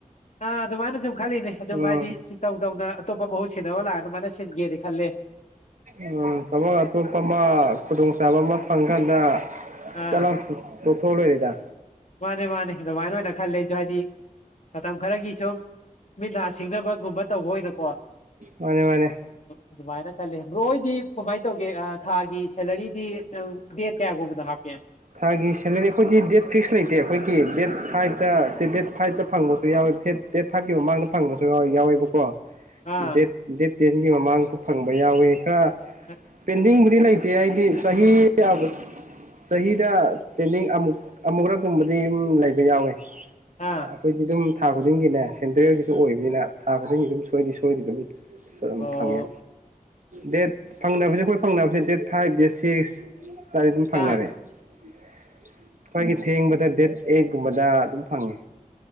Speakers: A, on the left; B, on the right.
A: ꯑꯥ ꯑꯗꯨꯃꯥꯏꯅ ꯁꯨꯝ ꯈꯜꯂꯤꯅꯦ ꯑꯗꯨꯝ
B: ꯎꯝ
A: ꯍꯥꯏꯗꯤ ꯁꯤ ꯇꯧ ꯇꯧꯅ ꯑꯇꯣꯞꯄ ꯃꯍꯨꯠ ꯁꯤꯟꯅꯕ ꯂꯥꯛꯑ ꯑꯗꯨꯃꯥꯏꯅ ꯁꯤꯟꯒꯦꯅꯦ ꯈꯜꯂꯦ
B: ꯎꯝ ꯊꯕꯛ ꯑꯇꯣꯞꯄ ꯑꯃ ꯈꯨꯗꯣꯡꯆꯥꯥꯕ ꯑꯃ ꯐꯪꯀꯥꯟꯗ
A: ꯑꯥ
B: ꯆꯠꯂꯝ ꯇꯣꯛ ꯊꯣꯛꯔꯩꯗ
A: ꯃꯥꯅꯦ ꯃꯥꯅꯦ ꯑꯗꯨꯃꯥꯏꯅ ꯑꯣꯏꯅ ꯈꯂꯦꯁꯨ ꯍꯥꯏꯗꯤ ꯃꯇꯝ ꯈꯔꯒꯤ ꯁꯨꯝ ꯃꯤꯠ ꯅꯥ ꯁꯤꯡꯅꯕꯒꯨꯝꯕ ꯇꯧꯕ ꯑꯣꯏꯅꯀꯣ
B: ꯃꯥꯅꯦ ꯃꯥꯅꯦ
A: ꯑꯗꯨꯃꯥꯏꯅ ꯈꯜꯂꯤ ꯕꯣꯛꯍꯣꯏꯗꯤ ꯀꯃꯥꯏꯅ ꯇꯧꯒ ꯊꯥꯒꯤ ꯁꯦꯂꯔꯤꯗꯤ ꯗꯦꯠ ꯀꯌꯥꯒꯨꯝꯕꯗ ꯍꯥꯞꯀꯦ
B: ꯊꯥꯒꯤ ꯁꯂꯔꯤ ꯈꯣꯏꯒꯤ ꯗꯦꯠ ꯐꯤꯛꯁ ꯂꯩꯇꯦ ꯑꯩꯈꯣꯏꯒꯤ ꯗꯦꯠ ꯐꯥꯏꯕꯇ ꯗꯦꯠ ꯐꯥꯏꯚꯇ ꯐꯪꯕꯁꯨ ꯌꯥꯎꯋꯦ ꯊꯦꯠ ꯗꯦꯠ ꯐꯥꯏꯚꯀꯤ ꯃꯃꯥꯡꯗ ꯐꯪꯕꯁꯨ ꯌꯥ ꯌꯥꯎꯋꯦꯕꯀꯣ
A: ꯑꯥ
B: ꯗꯦꯠ ꯗꯦꯠ ꯇꯦꯟꯒꯤ ꯃꯃꯥꯡꯁꯨ ꯐꯪꯕ ꯌꯥꯎꯋꯤ ꯈꯔ
A: ꯑꯥ
B: ꯄꯦꯟꯗꯤꯡ ꯗꯤ ꯂꯩꯇꯦ ꯍꯥꯏꯗꯤ ꯆꯍꯤ ꯑꯕ ꯆꯍꯤꯗ ꯄꯦꯟꯗꯤꯡ ꯑꯃꯨꯛ ꯑꯃꯨꯛꯨꯔꯛꯀꯨꯝꯕꯗꯤ ꯑꯗꯨꯝ ꯂꯩꯕ ꯌꯥꯎꯋꯦ
A: ꯑꯥ
B: ꯑꯩꯈꯣꯏꯒꯤ ꯑꯗꯨꯗ ꯊꯥ ꯈꯨꯗꯤꯡꯒꯦꯅꯦ ꯁꯦꯟꯇ꯭ꯔꯦꯜꯒꯤꯁꯨ ꯑꯣꯏꯕꯅꯤꯅ ꯊꯥꯕꯗꯒꯤꯅꯤ ꯑꯗꯨꯝ ꯁꯣꯏꯗꯤ ꯁꯣꯏꯗꯤ ꯑꯗꯨꯝ ꯁ
A: ꯑꯣ
B: ꯐꯥꯉꯦ ꯗꯦꯠ ꯐꯪꯅꯕꯁꯦ ꯑꯩꯈꯣꯏ ꯐꯪꯅꯕꯁꯦ ꯗꯦꯠ ꯐꯥꯏꯚ ꯗꯦꯠ ꯁꯤꯛꯁ ꯇꯥꯗꯤ ꯑꯗꯨꯝ ꯐꯪꯅꯔꯦ
A: ꯑꯥ
B: ꯑꯩꯈꯣꯏꯒꯤ ꯊꯦꯡꯕꯗ ꯗꯦꯠ ꯑꯦꯠꯀꯨꯝꯕꯗ ꯑꯗꯨꯝ ꯐꯪꯉꯤ